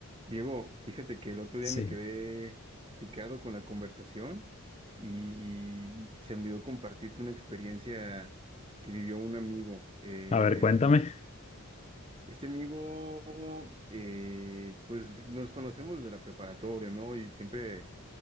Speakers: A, on the right; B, on the left.
A: Diego, fíjate que el otro
B: Sí.
A: día me quedé picado con la conversación y se me olvidó compartirte una experiencia que vivió un amigo. El-
B: A ver, cuéntame.
A: este amigo, eh, pues nos conocemos desde la preparatoria, ¿no? Y siempre,